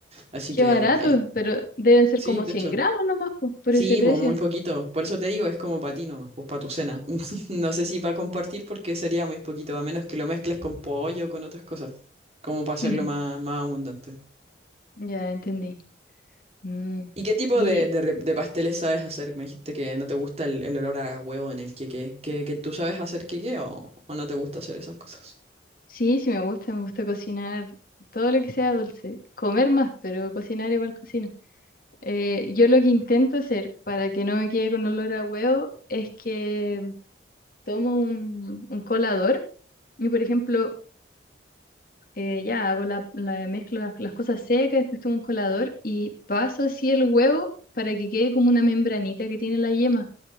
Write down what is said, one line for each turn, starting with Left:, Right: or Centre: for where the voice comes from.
Right: Así
Left: qué
Right: que,
Left: barato.
Right: ay,
Left: Pero deben ser
Right: sí,
Left: como
Right: de
Left: 100
Right: hecho,
Left: gramos nomás, po, por
Right: sí,
Left: ese precio.
Right: pues muy poquito. Por eso te digo, es como para ti nomás, pues para tu cena. <laughs> No sé si para compartir porque sería muy poquito, a menos que lo mezcles con pollo, con otras cosas, como para hacerlo
Left: <laughs>
Right: más, más abundante.
Left: Ya entendí. Mm.
Right: ¿Y qué tipo
Left: Y
Right: de, de re- de pasteles sabes hacer? Me dijiste que no te gusta el, el olor a huevo en el queque. ¿Que, que tú sabes hacer queque o, o no te gusta hacer esas cosas?
Left: sí, sí me gusta, me gusta cocinar todo lo que sea dulce. Comer más, pero cocinar igual cocino. Eh, yo lo que intento hacer para que no me quede con olor a huevo es que tomo un, un colador y, por ejemplo, eh, ya hago la, la- mezclo las, las cosas secas, después tomo un colador y paso así el huevo para que quede como una membranita que tiene la yema.